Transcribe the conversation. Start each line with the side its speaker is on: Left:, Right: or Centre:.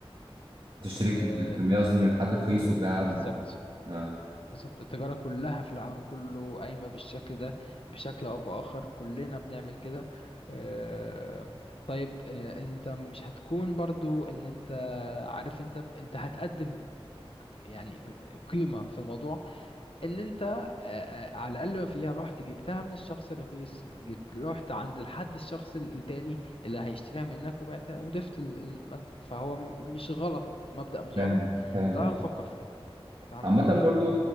Right: تشتري
Left: أه
Right: الكمية قصدي من حد رخيص وتبيعها من
Left: بالظبط
Right: اه
Left: بالظبط التجارة كلها في العالم كله قايمة بالشكل ده بشكل أو بآخر كلنا بنعمل كده آه، طيب آه، أنت مش هتكون برضو إن أنت عارف أنت أنت هتقدم يعني قيمة في الموضوع إن أنت آه، آه، على الأقل ما فيها رحت جبتها من الشخص الرخيص جبت رحت عند الحد الشخص ال- التاني اللي هيشتريها منك وبعتها وضفت ال- المنزل فهو م- مش غلط مبدأ مش
Right: فاهم
Left: غلط
Right: فاهم
Left: تعال نفكر فيه تعال
Right: عامة
Left: نفكر فيه
Right: برضو